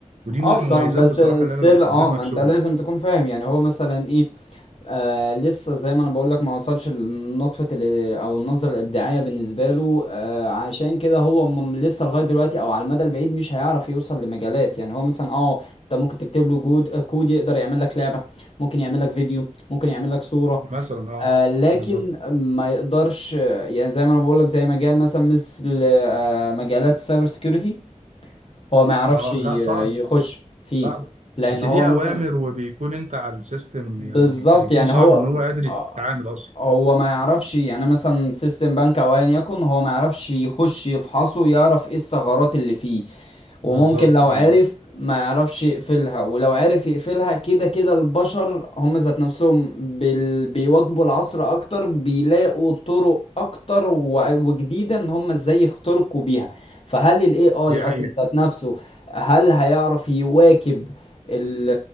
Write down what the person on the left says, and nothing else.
اه بصراحة
بس
ستيل
اه ما
انت
لازم تكون فاهم يعني هو مثلا ايه آه لسه زي ما انا بقولك ما وصلش لنطفة ال- او النظرة الابداعية بالنسبة له آه عشان كده هو م- لسه لغاية دلوقتي او على المدى البعيد مش هيعرف يوصل لمجالات يعني هو مثلا اه انت ممكن تكتب له جود آه، كود يقدر يعمل لك لعبة ممكن يعمل لك فيديو ممكن يعمل لك صورة
آه لكن
ما يقدرش آه، يعني زي ما انا بقولك زي مجال مثلا مثل آه مجالات السايبر سيكيورتي هو ما يعرفش
ي-
يخش فيه
لان
هو
مثلا
بالظبط
يعني
هو
آه،
هو ما يعرفش يعني مثلا سيستم بنك او ايا يكن هو ما يعرفش يخش يفحصه يعرف ايه الثغرات اللي فيه وممكن
لو
عرف ما يعرفش يقفلها ولو عرف يقفلها كده كده البشر هم ذات نفسهم بال... بيواجهوا العصر اكتر بيلاقوا طرق اكتر و... وجديدة ان هم ازاي يخترقوا بيها فهل الاي اي
اصلا
ذات نفسه هل هيعرف يواكب ال-